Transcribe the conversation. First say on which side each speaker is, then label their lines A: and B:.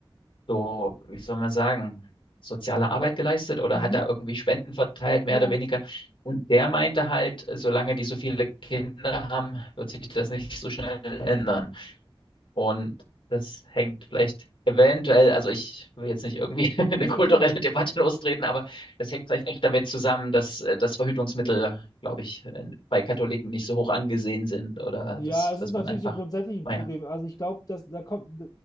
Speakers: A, on the left; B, on the left.
A: so, wie soll man sagen, soziale Arbeit geleistet oder
B: Mhm.
A: hat da irgendwie Spenden verteilt, mehr
B: Ja.
A: oder weniger. Und der meinte halt, solange die so viele Kinder haben, wird sich das nicht so schnell ändern. Und das hängt vielleicht eventuell, also ich will jetzt nicht irgendwie <laughs> eine
B: Nee,
A: kulturelle
B: klar.
A: Debatte lostreten, aber das hängt vielleicht echt damit zusammen, dass äh, das Verhütungsmittel, glaube ich, äh, bei Katholiken nicht so hoch angesehen sind oder
B: Ja,
A: dass,
B: es
A: dass
B: ist natürlich
A: man einfach,
B: so grundsätzlich ein
A: naja,
B: Problem. Also ich glaube, dass da kommt,